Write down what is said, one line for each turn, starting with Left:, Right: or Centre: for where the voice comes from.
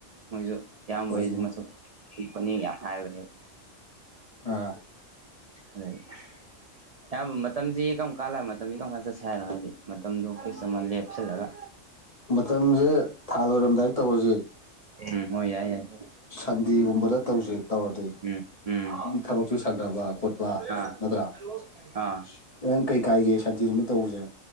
Right: ꯃꯣꯏꯁꯨ ꯏꯌꯥꯝꯕ
Left: ꯍꯣꯏꯅꯦ
Right: ꯍꯁꯨ ꯃꯁꯛ ꯊꯣꯛꯄꯅꯤ ꯌꯥꯝ ꯍꯥꯏꯕꯅꯦꯕ
Left: ꯑꯥ
Right: ꯑꯗꯒꯤ ꯑꯌꯥꯝꯕ ꯃꯇꯝꯁꯤ ꯀꯔꯝ ꯀꯥꯟ ꯂꯥꯛ ꯃꯇꯝꯁꯤ ꯀꯔꯝ ꯀꯥꯟ ꯆꯠꯁꯦ ꯍꯥꯏꯅꯣ ꯍꯥꯏꯗꯤ ꯃꯇꯝꯗꯨꯣ ꯐꯤꯁ ꯑꯃ ꯂꯦꯞꯁꯤꯜꯂꯒ
Left: ꯃꯇꯝꯁꯦ ꯊꯥ ꯂꯣꯏꯔꯝꯗꯥꯏꯗ ꯇꯧꯔꯁꯤꯦ
Right: ꯎꯝ ꯍꯣꯏ ꯌꯥꯏ ꯌꯥꯏ
Left: ꯁꯟꯗꯦꯒꯨꯝꯕꯗ ꯇꯧꯁ ꯇꯧꯔꯗꯤ
Right: ꯎꯝ ꯎꯝ
Left: ꯊꯕꯛꯁꯨ ꯁꯛꯅꯕ ꯈꯣꯠꯄ
Right: ꯑꯥ
Left: ꯅꯠꯇ꯭ꯔꯥ
Right: ꯑꯥ
Left: ꯅꯪ ꯀꯩ ꯀꯥꯏꯒꯦ ꯁꯟꯇꯤ ꯅꯨꯃꯤꯠ ꯇꯧꯕꯖꯦ꯫